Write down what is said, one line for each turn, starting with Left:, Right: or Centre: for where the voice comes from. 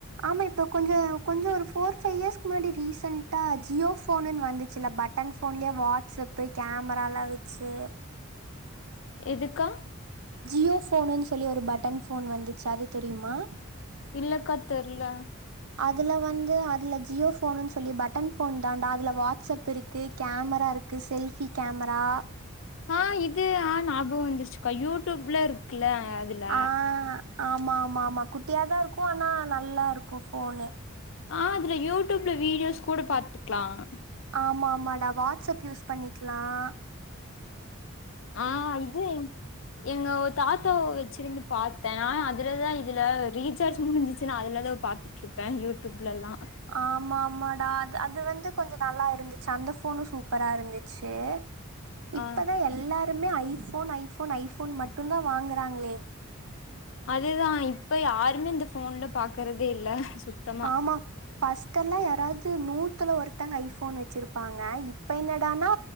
Right: ஆமா இப்ப கொஞ்சம் கொஞ்சம் ஒரு போர் ஃபைவ் இயர்ஸ்க்கு முன்னாடி ப்ரெசென்ட ஜியோ போனுன்னு வந்துச்சுல்ல பட்டன் போன்லயே வாட்ஸ்ப்பு கேமரா எல்லம் வச்சு
Left: எதுக்கா
Right: ஜியோ போனுன்னு சொல்லி ஒரு பட்டன் போன் வந்துச்சு அது தெரியுமா
Left: இல்லக்க தெரில
Right: அதுல வந்து அதுல ஜியோ போனுன்னு சொல்லி பட்டன் போன் தான்டா அதுல வாட்ஸ்ப் இருக்கு கேமரா இருக்கு செல்ஃபி கேமரா
Left: ஆஹ் இது ஆஹ் ஞாபகம் வந்துருச்சுக்கா யூடியூப்ல இரு இருக்குல அதுல
Right: ஆ ஆமா ஆமா ஆமா குட்டியாதான் இருக்கும் ஆனா நல்லா இருக்கும் ஃபோன்னு
Left: ஆஹ் அதுல யூடியூப்ல வீடியோஸ் கூட பாத்துக்கலாம்
Right: ஆமா ஆமாடா வாட்ஸ்அப் யூஸ் பண்ணிக்கலாம்
Left: ஆஹ் அது எங்க தாத்தாவ வெச்சுருந்து பாத்தேன் நான் அதில தான் இதில ரீசார்ஜ் முடிஞ்சிச்சுன்னா அதில தான் பாத்துட்டுருப்பேன் யூடியூப்லாம்
Right: ஆமா ஆமாடா அ அது வந்து கொஞ்சம் நல்லா இருந்துச்சு அந்த ஃபோனும் சூப்பரா இருந்துச்சு இப்பதான்
Left: ஆ
Right: எல்லாரரு மே ஐபோன் ஐபோன் ஐபோன் மட்டும் தான் வாங்குறாங்களே
Left: அதுதான் இப்ப யாருமே இந்த போன்ல பாக்குறதே இல்ல சுத்தமா
Right: ஆம்மா ஃபஸ்ட்டல்லாம் யாராவது நூத்துல ஒருத்தங்க ஐபோன் வச்சிருப்பாங் இப்ப என்னடானா